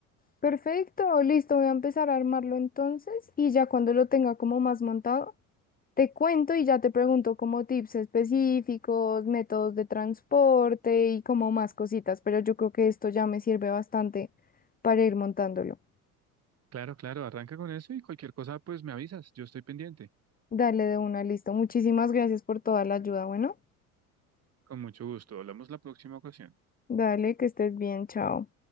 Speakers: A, on the left; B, on the right.
A: Perfecto, listo, voy a empezar a armarlo entonces y ya cuando lo tenga como más montado, te cuento y ya te pregunto como tips específicos, métodos de transporte y como más cositas, pero yo creo que esto ya me sirve bastante para ir montándolo.
B: Claro, claro, arranca con eso y cualquier cosa pues me avisas, yo estoy pendiente.
A: Dale de una, listo. Muchísimas gracias por toda la ayuda. Bueno,
B: Con mucho gusto. Hablamos la próxima ocasión.
A: dale, que estés bien, chao.